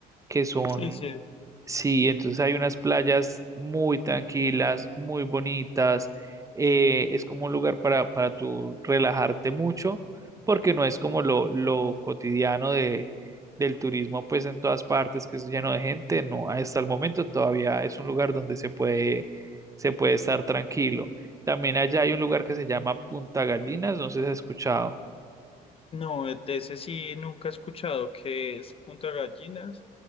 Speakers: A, on the right; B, on the left.
A: que son
B: Sí, sí,
A: Sí, entonces hay unas playas muy tranquilas, muy bonitas. eh, es como un lugar para, para tú relajarte mucho, porque no es como lo, lo cotidiano de, del turismo, pues en todas partes, que es lleno de gente. No, hasta el momento todavía es un lugar donde se puede, se puede estar tranquilo. También allá hay un lugar que se llama Punta Gallinas, no sé si has escuchado.
B: no, de ese sí nunca he escuchado que es Punta Gallinas.